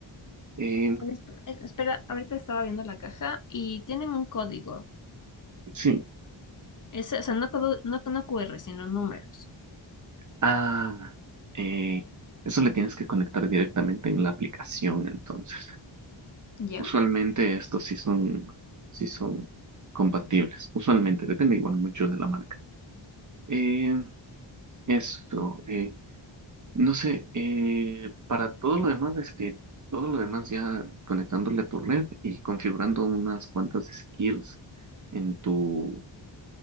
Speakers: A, on the right; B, on the left.
A: eh,
B: Ah, esp- eh, Espera, ahorita estaba viendo la caja y tienen un código.
A: sí.
B: Es, o sea, no, todo no, no QR, sino números.
A: Ah, eh, eso le tienes que conectar directamente en la aplicación, entonces.
B: ¿Ya?
A: Usualmente estos sí son, sí son compatibles. Usualmente, depende igual mucho de la marca. Eh, esto. eh, No sé, eh, para todo lo demás es que todo lo demás ya conectándole a tu red y configurando unas cuantas skills en tu